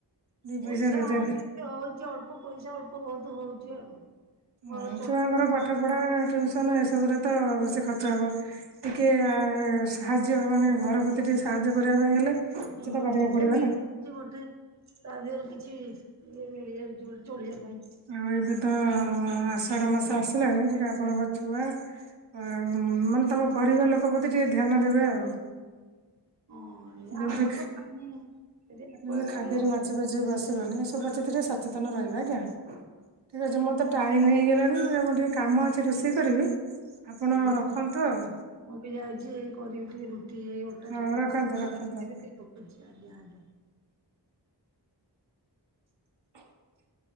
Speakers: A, on the right; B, on the right.
A: ଦି
B: ପଇସା
A: ରୋଜଗାର
B: ହଁ ହଉଚି ଅଳ୍ପ ପଇସା ଅଳ୍ପ ବହୁତ ହଉଚି ଆଉ ଘର
A: ଉଁ
B: ଚଳ
A: ଛୁଆଙ୍କର ପାଠ ପଢ଼ା ଟ୍ୟୁସନ୍ ଏସବୁରେ ତ ବେଶୀ ଖର୍ଚ୍ଚ ହବ। ଟିକେ ଆ ସାହାଯ୍ୟ ମାନେ ଘର ପ୍ରତି ଟିକେ ସାହାଯ୍ୟ କରିବା ପାଇଁ ହେଲେ କିଛି
B: ହଁ
A: ତ କରିବାକୁ
B: ଟିକେ
A: ପଡିବ
B: ମିଳିଛି
A: ନା
B: ଗୋଟେ ତା ଦେହରୁ କିଛି ଇଏ ମିଳିଯାଉଛି ଗୋଟେ ଚଳିବା ପାଇଁ
A: ଆଉ ଏବେ ତ ଆଷାଢ଼ ମାସ ଆସିଲାଣି ଟିକେ ଆପଣଙ୍କ ଛୁଆ ଆଁ ମାନେ ତମ ପରିବାର ଲୋକ ପ୍ରତି ଟିକେ ଧ୍ୟାନ ଦେବେ ଆଉ
B: ଅଁ ଏ
A: ଯେମିତି
B: ଆମର ତ ପାନି ଏ ଯେ ଏକ୍ଵଗାର୍ଡ
A: ଯେମିତି ଖାଦ୍ୟରେ
B: ଲଗେଇଛୁ।
A: ମାଛି <inaudible> ସଚେତନ ରହିବା ଆଜ୍ଞା ଠିକ୍ ଅଛି ମୋର ତ ଟା ଟାଇମ୍ ହେଇଗଲାଣି ମୁଁ ଆଉ ମୋର ଟିକେ କାମ ଅଛି ରୋଷେଇ କରିବି ଆପଣ
B: ଆଜ୍ଞା
A: ରଖନ୍ତୁ
B: ହଁ।
A: ଆଉ।
B: ମୁଁ ବି ଯାଉଛି ଏଇ କରିବି ଟିକେ ରୁଟି ଏଇ ଅଟା
A: ହଁ
B: ଚକଟୁଚି
A: ରଖନ୍ତୁ ରଖନ୍ତୁ
B: କରିବି
A: ଆପଣ
B: ରଖୁଛି ଆଜ୍ଞା ଆଜ୍ଞା।
A: <inaudible>